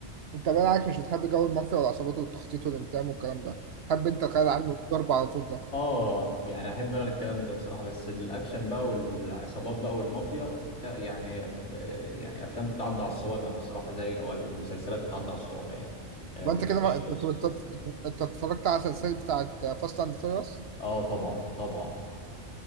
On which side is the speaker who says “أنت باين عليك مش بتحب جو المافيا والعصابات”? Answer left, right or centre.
Right